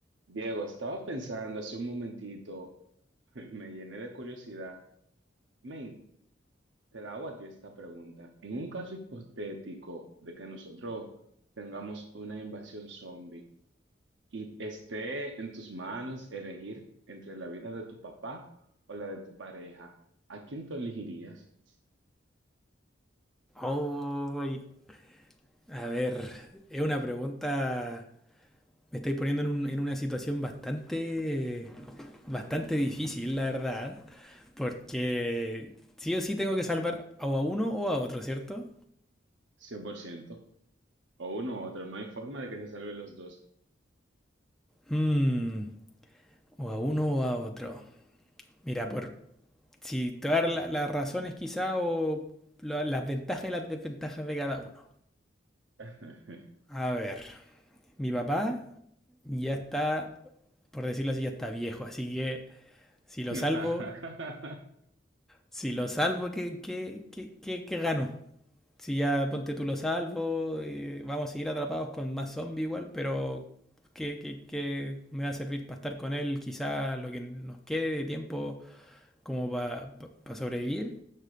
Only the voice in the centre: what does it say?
Ay. A ver, es una pregunta. Me estáis poniendo en, un- en una situación bastante. bastante difícil,
la verdad. Porque sí o sí tengo que salvar o a uno o a otro, ¿cierto?
Hmm, o a uno o a otro. Mira, por. Si te voy a dar la- las razones quizá o la- las ventajas y las desventajas de cada uno.
A ver, mi papá
ya está, por decirlo así, ya está viejo, así que si lo
salvo, Si lo salvo, ¿qué, qué, qué, qué- qué gano? Si ya ponte tú lo salvo, eh, vamos a seguir atrapados con más zombies igual, pero ¿qué, qué- qué me va a servir para estar con él? Quizá lo que nos quede de tiempo como para sobrevivir,